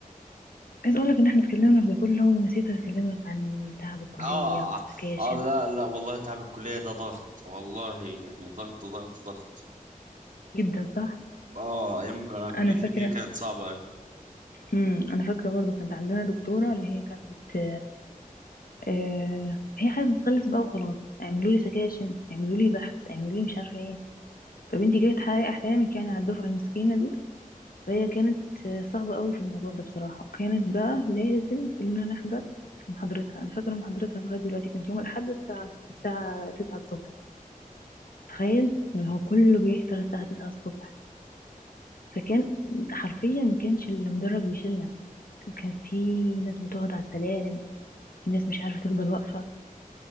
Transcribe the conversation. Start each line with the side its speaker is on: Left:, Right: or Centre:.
Left: عايز اقول لك ان احنا اتكلمنا في ده كله ونسيت اكلمك عن تعب الكليه
Right: اه
Left: والسكاشن
Right: اه لا لا والله تعب الكليه ده ضغط والله يعني ضغط ضغط ضغط
Left: جدا صح
Right: اه ايام انا كليتي
Left: انا فاكره
Right: دي كانت صعبه أوي.
Left: امم انا فاكره برضو كانت عندنا دكتوره اللي هي كانت بت آه هي عايزه تخلص بقى وخلاص اعملوا لي سكاشن اعملوا لي بحث اعملوا لي مش عارفه ايه طب انت جايه تحققي احلامك يعني على الدفعه المسكينه دي فهي كانت آه، صعبه قوي في الموضوع ده بصراحه وكانت بقى لازم كلنا نحضر في محاضرتها انا فاكره محاضرتها لغايه دلوقتي كانت يوم الاحد الساعه الساعه 9 الصبح تخيل اللي هو كله بيحضر الساعه 9 الصبح فكان حرفيا ما كانش المدرج بيشيلنا كان في ناس بتقعد على السلالم في ناس مش عارفه تفضل واقفه